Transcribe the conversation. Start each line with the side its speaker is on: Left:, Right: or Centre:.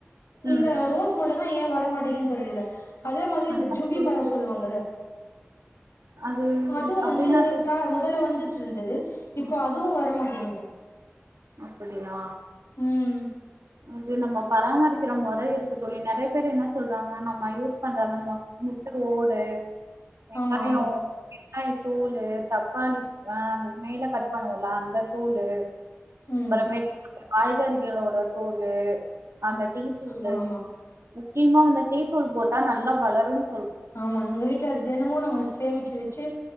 Right: ம்.
Left: இந்த ரோஸ் மட்டு தா ஏ வரமாட்டேங்கிது தெரில அதே மாதிரி
Right: அதான்
Left: இந்த ஜூவ்வி
Right: தோழி
Left: மரோ
Right: தெரியல.
Left: சொல்லுவாங்கல
Right: அது
Left: அதுவு
Right: அப்படின்னா
Left: வந்து
Right: தோழி
Left: கா முதல்ல வந்துட்டுருந்தது இப்போ அதுவு வரமாட்டேங்குது
Right: அப்படியா
Left: ம்
Right: அது நம்ம பராமரிக்கிற மொற இருக்கு தோழி நறைய பேர் என்ன சொல்றாங்கன்னா நம்ம யூஸ் பண்றத நம்மோ முட்ட ஓடு வெங்காயோ
Left: ஆமா ஆமா
Right: வெங்காயத் தோலு தக்காளி அ அந்த மேல கட் பண்ணுவோல்ல அந்த தோலு
Left: ம்
Right: அப்புறமேட்டு காய்கறிகளோட தோலு அந்த டீ தூளு
Left: ஆமா ஆமா
Right: முக்கியமா அந்த டீ தூள் போட்டா நல்லா வளருன்
Left: ஆமாங்க எங்க வீட்ல அது தெனமு அத நம்ம சேமிச்சு வச்சு